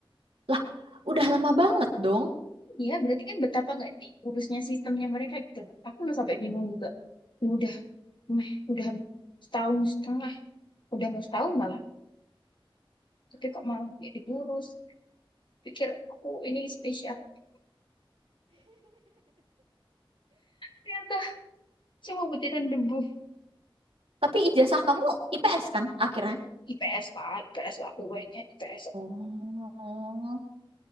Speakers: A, on the right; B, on the left.
A: lah, udah lama banget dong.
B: Iya, berarti kan betapa nggak diurusnya sistemnya mereka gitu. loh. Aku lu sampai bingung juga. Lu Udah, meh, udah setahun setengah, udah mau setahun malah. Tapi kok malah nggak diurus. Pikir aku ini spesial. Ternyata cuma butiran debu.
A: Tapi ijazah kamu IPS kan akhirnya?
B: IPS lah, IPS lah, UN-nya IPS.
A: Oh,